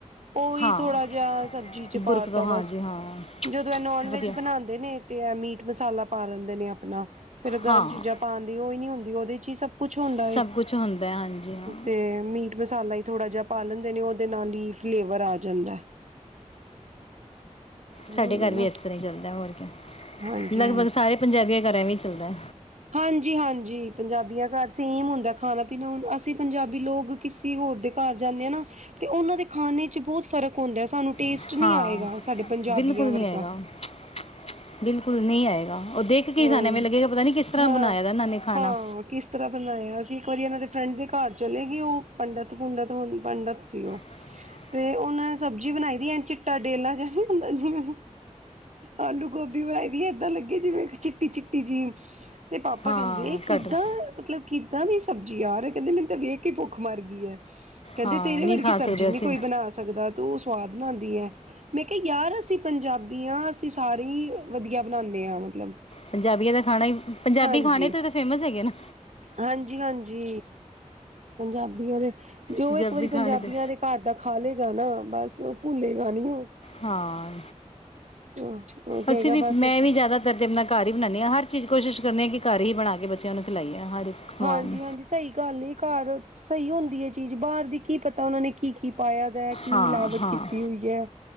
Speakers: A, on the right; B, on the left.
A: ਉਹੀ
B: ਹਾਂ
A: ਥੋੜਾ ਜਿਹਾ ਸਬਜ਼ੀ ਚ' ਪਾ
B: ਬੁਰਕ ਤੋਂ
A: ਤਾ
B: ਹਾਂਜੀ
A: ਬਸ
B: ਹਾਂ
A: ਜਦੋਂ ਇਹ ਨੋਨ ਵੈਜ
B: ਵਧੀਆ
A: ਬਣਾਉਦ- ਨੇ ਤੇ ਮੀਟ ਮਸਾਲਾ ਪਾ ਲੈਂਦੇ ਨੇ, ਆਪਣਾ ਫੇਰ ਗਰਮ
B: ਹਾਂ
A: ਚੀਜ਼ਾਂ- ਪਾਉਂਦੀ। ਉਹ ਹੀ ਨੀ ਹੁੰਦੀ, ਉਹਦੇ ਚ' ਹੀ ਸਭ ਕੁਛ ਹੁੰਦਾ।
B: ਸਭ ਕੁਛ ਹੁੰਦਾ ਹੈ, ਹਾਂਜੀ ਹਾਂ
A: ਤੇ ਮੀਟ ਮਸਾਲਾ ਹੀ - ਥੋੜਾ ਜਿਹਾ ਪਾ ਲੈਂਦੇ ਨੇ, ਉਹਦੇ ਨਾਲ ਹੀ ਫਲੇਵਰ ਆ ਜਾਂਦਾ। ਉਹੀ
B: ਸਾਡੇ ਘਰ
A: ਹੈ ਨਾ
B: ਵੀ ਇਸ ਤਰ੍ਹਾਂ ਹੀ ਚੱਲਦਾ, ਹੋਰ ਕਿਆ,
A: ਹਾਂਜੀ
B: ਲਗਭਗ ਸਾਰੇ ਪੰਜਾਬੀਆਂ ਘਰ ਵੀ ਇਵੇਂ ਚੱਲਦਾ।
A: ਹਾਂਜੀ- ਹਾਂਜੀ ਪੰਜਾਬੀਆਂ ਘਰ ਸੇਮ ਹੁੰਦਾ। ਖਾਣਾ -ਪੀਣਾ ਹੁਣ ਅਸੀਂ ਪੰਜਾਬੀ ਲੋਕ ਕਿਸ- ਕਿਸੀ ਹੋਰ ਦੇ ਘਰ ਜਾਣੇ ਆਂ, ਨਾ 'ਤੇ ਉਹਨਾਂ ਦੇ ਖਾਣੇ ਚ' ਬਹੁਤ- ਫਰਕ ਹੁੰਦਾ। ਸਾਨੂੰ ਟੇਸਟ
B: ਸਾਨੂੰ
A: ਨੀ ਆਏਗਾ। ਸਾਡੇ ਪੰਜਾਬੀਆਂ
B: ਬਿਲਕੁਲ
A: ਵਰਗਾ-
B: ਨਹੀਂ ਪੰਜਾਬੀ ਆਏਗਾ ਖਾਣੇ ਦਾ। ਬਿਲਕੁਲ ਨਹੀਂ ਆਏਗਾ। ਉਹ ਦੇਖ ਕੇ
A: ਹਾਂ,
B: ਸਾਨੂੰ ਇਵੇਂ ਲੱਗੇਗਾ, ਪਤਾ ਨੀ ਕਿਸ ਤਰ੍ਹਾਂ
A: ਹਾਂ,
B: ਬਣਾਇਆ ਦਾ। ਇਹਨਾਂ ਨੇ ਖਾਣਾ-
A: ਹਾਂ ਕਿਸ ਤਰ੍ਹਾਂ ਬਣਾਇਆ ਸੀ। ਇੱਕ ਵਾਰੀ ਇਹਨਾਂ ਦੇ ਫਰੈਂਡ ਦੇ ਘਰ ਚਲੇਗੇ। ਉਹ ਪੰਡਿਤ- ਪੁੰਡਤ ਹੋ, ਪੰਡਿਤ ਸੀ। ਉਹ-
B: <inaudible>
A: 'ਤੇ ਉਹਨਾਂ ਨੇ ਸਬਜ਼ੀ ਬਣਾਈ ਦੀ, ਏ ਚਿੱਟਾ ਜਿਹਾ ਡੇਲਾ ਜਿਹਾ ਨਈ ਹੁੰਦਾ। ਜਿਵੇਂ ਆਲੂ- ਗੋਭੀ- ਗੋਭੀ ਬਣਾਈ ਦੀ ਏ, ਏਦਾਂ ਲੱਗੇ ਜਿਵੇਂ ਚਿੱਟੀ ਚਿੱਟੀ ਜੀ ਏ। 'ਤੇ ਪਾਪਾ
B: ਹਾਂ
A: ਕਹਿੰਦੇ, ਕਿੱਦਾਂ
B: ਘੱਟ
A: ਮਤਲਬ ਕਿ ਕਿਦਾਂ ਦੀ ਸਬਜ਼ੀ ਯਾਰ, ਕਹਿੰਦੇ ਮੈਨੂੰ 'ਤੇ ਵੇਖ ਕੇ ਭੁੱਖ ਮਰ ਗਈ ਏ। ਕਹਿੰਦੇ
B: ਹਾਂ
A: ਤੇਰੇ
B: ਨਹੀਂ
A: ਵਰਗੀ
B: ਖਾ
A: ਸਬਜ਼ੀ
B: ਸਕਦੇ
A: ਨਹੀਂ
B: ਅਸੀਂ
A: ਕੋਈ ਬਣਾ ਸਕਦਾ, ਤੂੰ ਸਵਾਦ ਬਣਾਉਂਦੀ ਏ। ਮੈਂ ਕਿਹਾ ਯਾਰ ਅਸੀਂ ਪੰਜਾਬੀ ਹਾਂ ਅਸੀਂ ਸਾਰੇ ਹੀ ਵਧੀਆ ਬਣਾਉਂਦੇ ਹਾਂ ਮਤਲਬ
B: ਪੰਜਾਬੀਆਂ ਦਾ ਖਾਣਾ, ਪੰਜਾਬੀ
A: ਹਾਂਜੀ
B: ਖਾਣੇ ਤੇ ਫੇਮਸ ਹੈਗੇ ਨਾ
A: ਹਾਂਜੀ -ਹਾਂਜੀ ਪੰਜਾਬੀਆਂ ਦੇ ਜੋ
B: ਪੰਜਾਬੀ
A: ਇੱਕ ਵਾਰੀ
B: ਖਾਣੇ
A: ਪੰਜਾਬੀਆਂ
B: ਤੇ
A: ਦੇ ਘਰ ਦਾ ਖਾਲੇ ਗਾਨਾ ਬਸ ਉਹ ਭੁੱਲੇ ਗਾ ਨਹੀਂੀ ਹੁਣ
B: ਹਾਂ
A: ਉਹ ਕਹੇਗਾ
B: ਅਸੀਂ ਵੀ
A: ਬਸ
B: ਮੈਂ ਵੀ ਜ਼ਿਆਦਾ ਰ ਤੇ ਆਪਣਾ ਘਰ ਹੀ ਬਣਾਉਂ ਹਾਂ ਹਰ ਚੀਜ਼ ਕੋਸ਼ਿਸ਼ ਕਰਨੀ ਹਾਂ ਕਿ ਘਰ ਹੀ ਬਣਾ ਕੇ ਬੱਚਿਆਂ ਨੂੰ ਖਿਲਾਈਏ ਹਰ ਇੱਕ ਸਮਾਨ
A: ਹਾਂਜੀ ਹਾਂਜੀ ਸਹੀ ਗੱਲ ਏ ਘਰ ਸਹੀ ਹੁੰਦੀ ਹੈ ਚੀਜ਼ ਬਾਹਰ ਦੀ ਕੀ ਪਤਾ ਉਹਨਾਂ ਨੇ ਕੀ ਕੀ ਪਾਇਆ ਦਾ ਕੀ
B: ਹਾਂ
A: ਮਿਲਾਵਟ
B: ਹਾਂ
A: ਕੀਤੀ ਹੋਈ ਹੈ